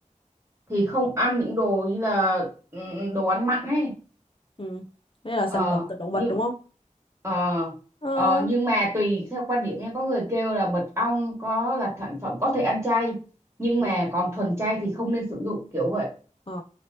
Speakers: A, on the right (about 20°); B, on the left (about 40°).
A: thì không ăn những đồ như là ừ, ừ, đồ ăn mặn ấy
B: Ừ. Đây là
A: ờ
B: sản phẩm từ động vật
A: nhưng
B: đúng không?
A: ờ
B: Ờ,
A: ờ, nhưng mà tùy theo quan điểm nha có người kêu là mật ong có là sản phẩm có thể ăn chay nhưng
B: ừ.
A: mà còn thuần chay thì không nên sử dụng kiểu vậy
B: Ờ,